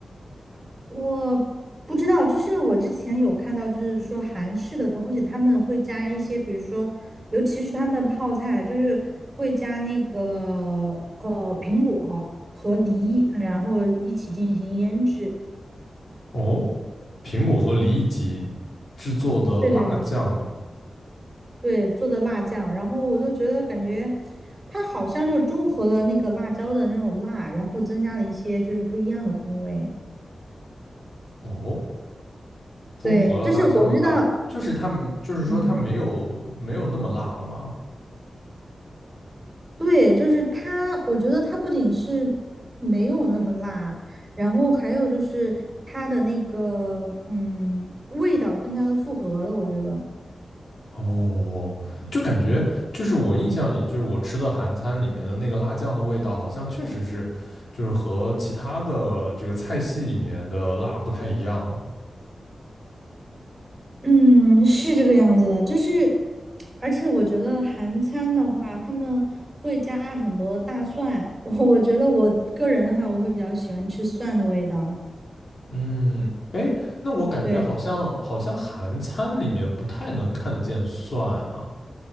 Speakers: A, on the right; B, on the left.
A: 我不知道，就是我之前有看到，就是说韩式的东西他们会加一些，比如说，尤其是他们的泡菜，就是会加那个呃苹果和梨，然后一起进行腌制。
B: 哦，苹果和梨一起制作的辣酱嘛。
A: 对对对对，做的辣酱，然后我就觉得感觉它好像就中和了那个辣椒的那种辣，然后增加了一些就是不一样的风味。
B: 哦，中和了辣椒的辣，
A: 对，就是我不知道，
B: 就是它就是说它没有没有那么辣了吗？
A: 嗯，对，就是它，我觉得它不仅是没有那么辣，然后还有就是它的那个嗯味道更加的复合了，我觉得。
B: 哦，就感觉就是我印象里，就是我吃的韩餐里面的那个辣酱的味道，好像确实是，就是和其他的这个菜系里面的辣不太一样啊。
A: 嗯，是这个样子的，就是，而且我觉得韩餐的话，他们会加很多大蒜，<laughs> 我我觉得我个人的话，我会比较喜欢吃蒜的味道，
B: 嗯，哎，那我感觉好像好像韩餐里面不太能看得见蒜啊，
A: 对，